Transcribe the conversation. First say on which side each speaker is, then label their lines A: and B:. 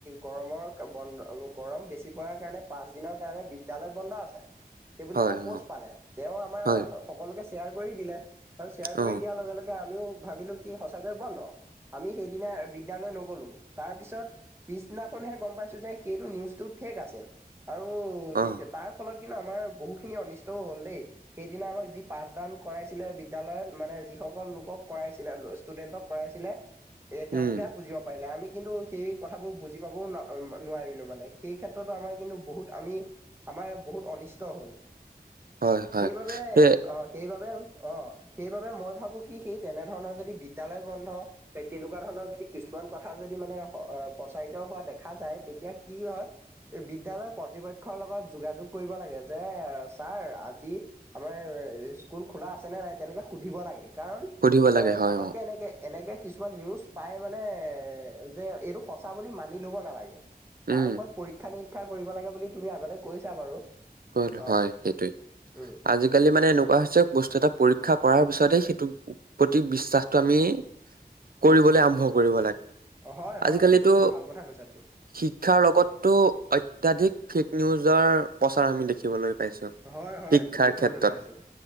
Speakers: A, on the right; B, on the right.
A: গৰমৰ বন্ গৰম বেছি পৰাৰ কাৰণে পাঁচ দিনৰ কাৰণে বিদ্যালয় বন্ধ আছে সেই বুলি
B: হয়,
A: এটা প'ষ্ট
B: অ,
A: পালে তেওঁ আমাৰ
B: হয়,
A: স সকলোকে শ্বেয়াৰ কৰি দিলে আৰু শ্বেয়াৰ
B: অ,
A: কৰি দিয়াৰ লগে লগে আমিও ভাবিলো কি সঁচাকৈয়ে বন্ধ আমি সেইদিনা বিদ্যালয় নগলো তাৰ পিছত পিছদিনাখনহে গম পাইছো যে সেইটো নিউজটো ফেক আছিল আৰু
B: অ,
A: তেতিয়া তাৰ ফলত কিন্তু আমাৰ বহু খিনি অনিষ্টও হ'ল দেই সেইদিনা আমাক যি পাঠদান কৰাইছিলে বিদ্যালয়ত মানে যি সকল লোকক কৰাইছিলে ষ্টুডেন্টক কৰাইছিলে এ তেওঁলোকেহে
B: উম,
A: বুজিব পাৰিলে আমি কিন্তু সেই কথাবোৰ বুজি পাবও না-নোৱাৰিলোঁ মানে সেই ক্ষেত্ৰতো আমাৰ কিন্তু বহুত আমি আ আমাৰ বহুত অনিষ্ট হ'ল,
B: হয়, হয়।
A: সেইবাবে
B: সেই
A: অ', সেইবাবে অ', সেইবাবে মই ভাবোঁ কি সেই তেনেধৰণৰ যদি বিদ্যালয় বন্ধ, তেনেকুৱা ধৰণৰ যদি কিছুমান কথা যদি মানে স-অ', পচাই <unintelligible> হোৱা দেখা যায়, তেতিয়া কি হয়, বিদ্যালয় কৰ্তৃপক্ষৰ লগত যোগাযোগ কৰিব লাগে যে এ, ছাৰ আজি আমাৰ ইস্কুল খোলা আছেনে নাই? তেনেকে সুধিব লাগে, কাৰণ অ
B: সুধিব লাগে হয়,
A: ফটকে
B: অ,
A: এনেকে এনেকে কিছুমান নিউজ পাই মানে এ যে এইটো সঁচা বুলি মানি ল'ব নালাগে। তাৰ
B: উম,
A: ওপৰত পৰীক্ষা- নিৰীক্ষা কৰিব লাগে বুলি তুমি আগতে কৈছা বাৰু।
B: ক'
A: অ
B: হয় সেইটোয়ে,
A: উম
B: আজিকালি মানে এনেকুৱা হৈছে বস্তু এটা পৰীক্ষা কৰাৰ পিছতেই সে তো প্ৰতি বিশ্বাসটো আমি কৰিবলৈ আৰম্ভ কৰিব লাগে,
A: অ, হয় হয়
B: আজিকালিতো
A: এইটো খুব ভাল কথা কৈছা তুমি।
B: শিক্ষাৰ লগটো অত্যাধিক ফেক নিউজৰ প্ৰচাৰ আমি দেখিবলৈ পাইছো।
A: হয়, হয়,
B: শিক্ষাৰ
A: দেখিবলৈ
B: ক্ষেত্ৰত
A: পাইছোঁ,